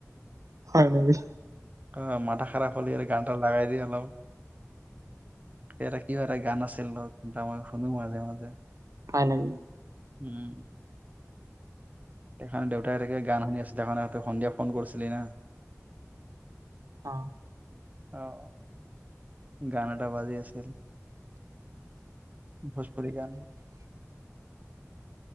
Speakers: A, on the right; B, on the right.
A: হয় নেকি।
B: অ', মাথা খাৰাব হ'লি এই গান এটা ওলায় দি ওলাও, ইয়াতে কি এটা গান আছিল ন' <unintelligible> শুনো মাজে, মাজে।
A: <unintelligible>
B: উম। সেনাখন দেউতাই তাকে গান শুনি আছিলে হয় নাই, তই সন্ধিয়া ফোন কৰিছিলি ন?
A: অ'।
B: অ', গান এটা বাজি আছিল। ভোজপুৰী গান।